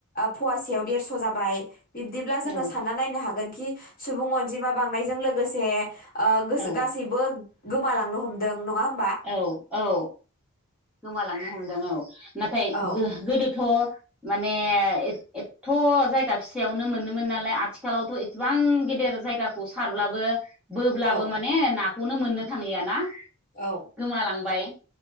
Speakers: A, on the left; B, in the centre.
A: फवासेयाव देरस जाबाय बिब्दिब्ला जोङो
B: औ
A: सानना नायनो हागोन कि सुबुं अनजिमा बांनायजों लोगोसे ओ गासो
B: औ
A: गासैबो गोमालांनो हमदों नङा हो
B: औ औ गोमालांनो हमदों औ नाथाय
A: औ
B: गोदोथ माने एथ जायगा फिसायावनो मोनोमोन नालाय आथिखालाव थएसेबां गेदेर जायगाखौ सारब्लाबो बोबब्लाबो
A: औ
B: माने नाखौ उनाव मोननो थांलियाना?
A: औ
B: गोमालांबाय